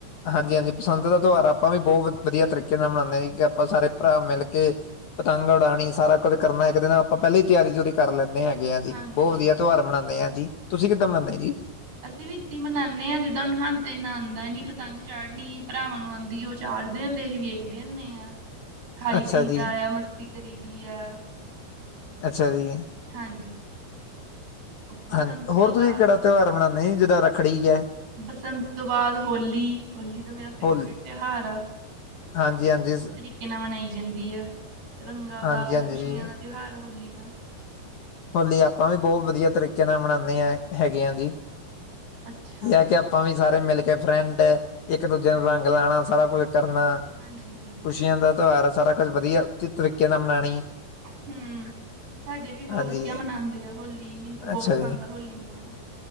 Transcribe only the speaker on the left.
ਹਾਂਜੀ-ਹਾਂਜੀ। ਬਸੰਤ ਦਾ ਤਿਉਹਾਰ ਆਪਾਂ ਵੀ ਬਹੁਤ ਵਦੀਆ ਤਰੀਕੇ ਨਾਲ ਮਨਾੰਦੇ ਆਂ, ਕਿ ਆਪਾਂ ਸਾਰੇ ਭਰਾ ਮਿਲ ਕੇ ਪਤੰਗ ਉਡਾਣੀ, ਸਾਰਾ ਕੁੱਝ ਕਰਨਾ, ਇੱਕ ਦਿਨ ਆਪਾਂ ਪਹਿਲਾਂ ਹੀ ਤਿਆਰੀ-ਤਿਓਰੀ ਕਰ ਲੈਂਦੇ ਹੈਗੇ ਆ ਜੀ,
ਬਹੁਤ ਵਦੀਆ ਤਿਉਹਾਰ ਮਨਾੰਦੇ ਆ ਜੀ, ਤੁਸੀਂ ਕਿੱਦਾਂ ਮਨਾੰਦੇ ਜੀ
<inaudible>
ਜੀ
ਅੱਛਾ ਜੀ।
ਹਾਂਜੀ ਹੋਰ
ਤੁਸੀਂ ਕੇਹੜਾ ਤਿਉਹਾਰ ਮਨਾਨੇ ਜਿੱਦਾਂ ਰੱਖੜੀ ਈ ਆ
ਹੋਲੀ
ਹਾਂਜੀ- ਹਾਂਜੀ।
ਹਾਂਜੀ ਹਾਂਜੀ
ਜੀ
ਹੋਲੀ ਆਪਾਂ ਵੀ ਬਹੁਤ ਵਦੀਆ ਤਰੀਕੇ ਨਾਲ ਮਨਾਨੇ ਹਾਂ ਹੈਗੇ ਆ ਜੀ
ਇਹ ਕਿ ਆਪਾਂ ਵੀ ਸਾਰੇ ਮਿਲ ਕੇ ਫਰੈਂਡ ਇੱਕ ਦੂਜੇ ਨੂੰ ਰੰਗ ਲਾਨਾ ਸਾਰਾ ਕੁਛ ਕਰਨਾ
ਖੁਸ਼ੀਆਂ ਦਾ ਤਿਉਹਾਰ ਸਾਰਾ ਕੁਝ ਵਦੀਆ ਉੱਚ ਤਰੀਕੇ ਨਾਲ ਮਨਾਣੀ
ਹਾਂਜੀ
ਅੱਛਾ
ਜੀ